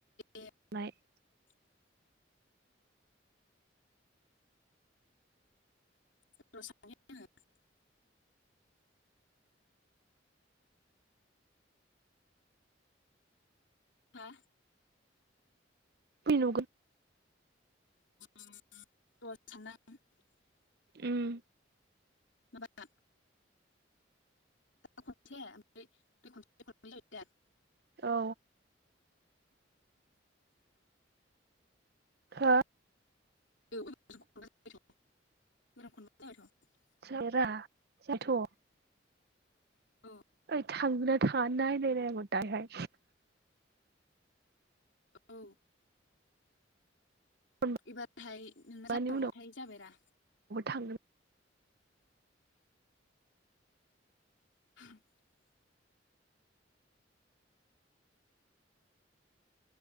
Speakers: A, on the left; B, on the right.
A: ए
B: नाय
A: <inaudible> <unintelligible> हा
B: <unintelligible>
A: <unintelligible>
B: उम
A: माबा दा खनसे ओमफ्राय दहय खनसे हरबाय जायो दा
B: औ हो
A: <unintelligible>
B: <unintelligible>
A: औ
B: ओइ थांगोना थाङा नाय नायबाव दायहाय
A: औ
B: फन
A: इबा हाय नोंना
B: हरनायनि
A: जाबावबाथाय
B: उनावबो
A: जाबायरा
B: थांगोन
A: <inaudible>